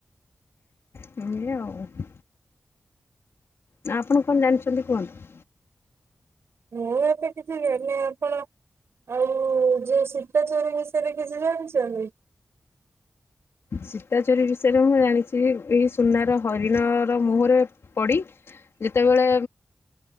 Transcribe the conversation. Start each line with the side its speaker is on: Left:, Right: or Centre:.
Left: ମୁଉ <unintelligible> ନା ଆପଣ କଣ ଜାଣିଚନ୍ତି କୁହନ୍ତୁ?
Right: ମୁଁ ଏବେ କିଛି ଜାଣିନି ଆପଣ ଆଉ ଯୋଉ ସୀତାଚୋରୀ ବିସ ସେରା କିଛି ଜାଣିଚନ୍ତି?
Left: ସୀତାଚୋରି ବିଷୟରେ ମୁଁ ଜାଣିଚି ଏହି ସୁନାର ହରିଣର ମୋହ ରେ ପଡ଼ି ଯେତେବେଳେ